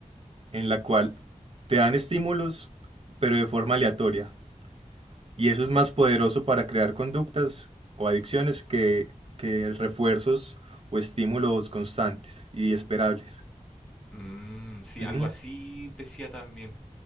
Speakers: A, on the right; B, in the centre.
A: en la cual te dan estímulos, pero de forma aleatoria. Y eso es más poderoso para crear conductas o adicciones que, que refuerzos o estímulos constantes y esperables.
B: Mm, sí,
A: Ujú.
B: algo así decía también.